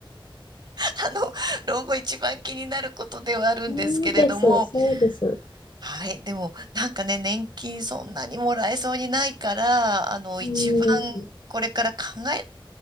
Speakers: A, on the right; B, on the left.
A: <laughs> あの、老後一番気になることではあるんですけれども、
B: そうです、そうです。
A: はい。でも、なんかね、年金そんなにもらえそうにないから、あの、
B: うん、
A: 一番これから考え、